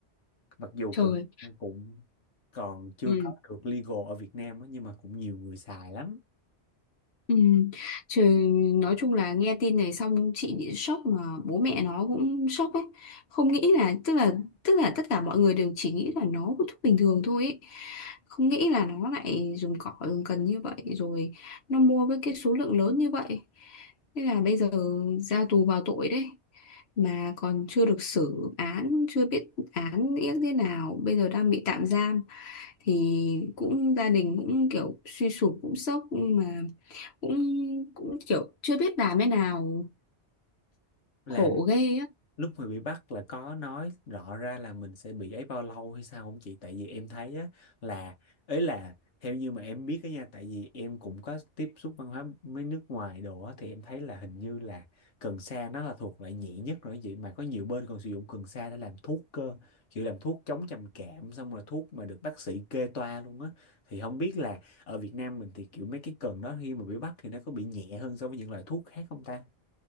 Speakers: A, on the left; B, on the left.
A: mặc dù
B: trời
A: cần cũng còn chưa
B: ừ
A: có được legal ở Việt Nam á nhưng mà cũng nhiều người xài lắm
B: Ừ. Trời, nói chung là nghe tin này xong chị bị sốc mà bố mẹ nó cũng sốc ấy không nghĩ là tức là tức là tất cả mọi người đều chỉ nghĩ là nó hút thuốc bình thường thôi ấy. Không nghĩ là nó lại dùng cỏ dùng cần như vậy rồi nó mua với cái số lượng lớn như vậy thế là bây giờ ra tù vào tội đấy mà còn chưa được xử án chưa biết án yếc thế nào bây giờ đang bị tạm giam thì cũng gia đình cũng kiểu suy sụp cũng sốc mà cũng cũng kiểu chưa biết làm thế nào
A: là
B: khổ ghê á
A: lúc mà bị bắt là có nói rõ ra là mình sẽ bị ấy bao lâu hay sao không chị tại vì em thấy á là ấy là theo như mà em biết á nha tại vì em cũng có tiếp xúc văn hóa mấy nước ngoài đồ á thì em thấy là hình như là cần sa nó là thuộc loại nhẹ nhất rồi vậy mà có nhiều bên còn sử dụng cần sa để làm thuốc cơ kiểu làm thuốc chống trầm cảm xong rồi thuốc mà được bác sĩ kê toa luôn á thì không biết là ở Việt Nam mình thì kiểu mấy cái cần đó khi mà bị bắt thì nó có bị nhẹ hơn so với những loại thuốc khác không ta